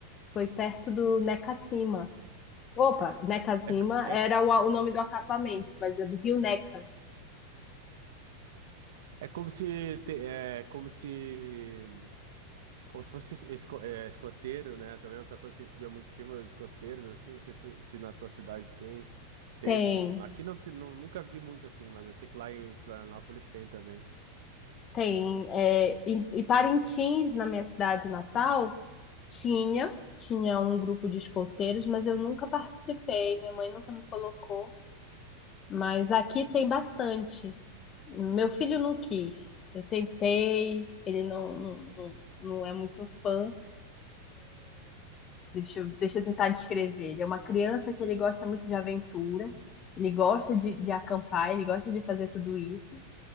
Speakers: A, on the left; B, on the right.
A: foi perto do Neca Necacima. Opa, Neca Necacima
B: É, c- é,
A: era o, o nome do acampamento, mas é do Rio Neca.
B: é como se, te- é como se Como se fosse esco- é, escoteiro, né? Também outra coisa que a gente vê muito em filme, é os escoteiros, assim, não sei se, se na tua cidade tem, teve.
A: Tem
B: Aqui não, te- não- nunca vi muito assim, mas eu sei que lá em Florianópolis tem também.
A: Tem, é, e, e Parintins, na minha cidade natal, tinha, tinha um grupo de escoteiros, mas eu nunca participei, minha mãe nunca me colocou. Mas aqui tem bastante. Meu filho não quis. Eu tentei, ele não, não, não, não é muito fã. Deixa eu, deixa eu tentar descrever. Ele é uma criança que ele gosta muito de aventura, ele gosta de, de acampar, ele gosta de fazer tudo isso.